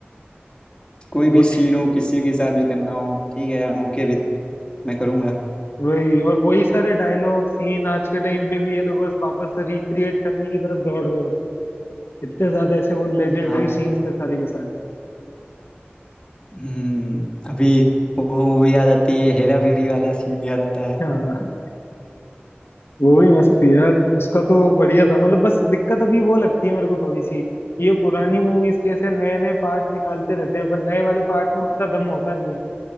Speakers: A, on the left (about 20°); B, on the left (about 75°).
A: कोई
B: वही
A: भी सीन हो किसी के साथ भी करना हो ठीक है आई ओके विद मैं करूँगा
B: वही और वही सारे डायलॉग सीन आज के टाइम पे भी ये लोग बस वापस रिक्रिएट करने की तरफ दौड़ रहे होते हैं इतने ज्यादा ऐसे वो लेजेंडरी
A: हाँ
B: सीन्स थे सारे के सारे
A: हम्म अभी वो मूवी याद आती है हेरा फेरी वाला सीन याद आता है
B: हाँ वो भी मस्त थी यार उसका तो बढ़िया था मतलब बस दिक्कत अभी वो लगती है मेरे को थोड़ी सी ये पुरानी मूवीज के ऐसे नए नए पार्ट निकालते रहते हैं पर नए वाले पार्ट में उतना दम होता नहीं है